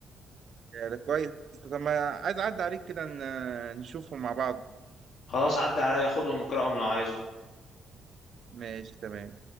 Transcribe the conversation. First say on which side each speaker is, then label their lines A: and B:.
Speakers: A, on the right; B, on the left.
A: يعني كويس طب ما عايز أعدي عليك كده ن- نشوفهم مع بعض
B: خلاص عدى عليا خدهم واقرأهم لو عايزه
A: ماشي تمام